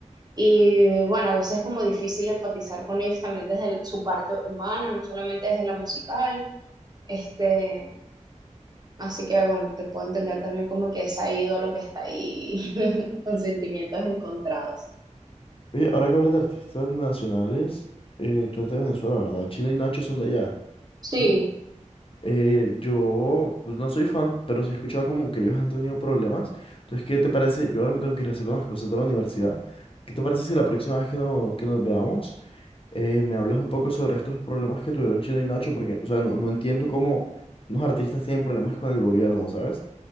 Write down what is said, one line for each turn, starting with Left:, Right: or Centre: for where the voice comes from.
Right: y bueno, a veces es como difícil empatizar con ellos también desde el- su parte humana, no solamente desde la musical, este, así que bueno, te puedo entender también como que esa ídolo que está ahí <laughs> con sentimientos encontrados.
Left: Oye, ahora que hablas de artistas nacionales, eh, tú eres de Venezuela, ¿verdad? China y Nacho son de allá,
Right: Sí,
Left: ¿sí? Eh, yo pues, no soy fan, pero sí he escuchado como que ellos han tenido problemas. Entonces, ¿qué te parece? Yo ahora me tengo que ir a hacer unas cosas de la universidad. ¿Qué te parece si la próxima vez que, no- que nos veamos eh, me hablas un poco sobre estos problemas que tuvieron China y Nacho? Porque, o sea, no, no entiendo cómo unos artistas tienen problemas con el gobierno, ¿sabes?